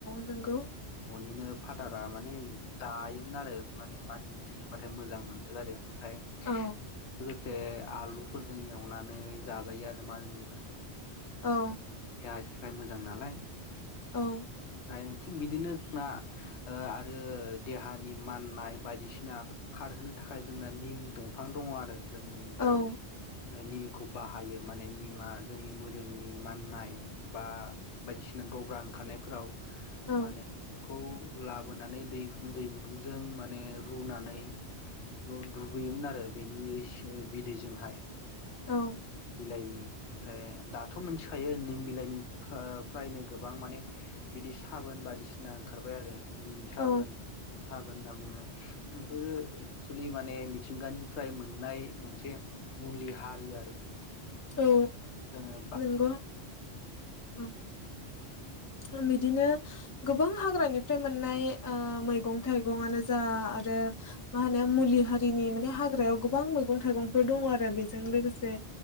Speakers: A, on the left; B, on the left.
A: नोंगौ
B: ननिनो फटारा माने जायोमोन आरो माने मानि मुनि होनबाथाय मोजां मोनसोगारो आरो ओमफ्राय
A: औ
B: लोगोसे आलुफोरजों एवनानै जाजायो आरो मानि मुनिफोरखौ
A: औ
B: जायखिया मोजां नालाय <unintelligible>
A: औ
B: ओमफ्राय थिग बिदिनो जोंना ओ- ओ- देहानि माननाय बायदिसिना खारहोनो थाखाय जोंना निम दंफां दङ आरो जों
A: औ
B: जेराव निमखौ बाहायो माने निमा जोंनि मोदोमनि माननाय बा बायदिसिना दब्रा ओंखारनायफोराव
A: औ
B: माने बेखौ लाबोनानै दै दै गुदुंजों माने रुनानै बेयाव दुगैयोमोन आरो बेनि बिदैजोंहाय।
A: औ
B: बिलाइनि ओमफ्राय दाथ' मिथिखायो निम बिलाइनि फा-फ्रायनो गोबां माने बिदि साबोन बायदिसिना ओंखारबाय आरो निम साबोन
A: औ
B: साबोन होनना बुङो। नोंसोरो एक्सेलि माने मिथिंगानिफ्राय मोननाय मोनसे मुलि हा दै आरो
A: औ
B: जोङो बा
A: नोंगौ उम। उम बिदिनो गोबां हाग्रानिफ्राय मोननाय ओ मैगं थाइगंआनो जा आरो मा होनो मुलि हारिनि माने हाग्रायाव गोबां मैगं थाइगंफोर दङ आरो बेजों लोगोसे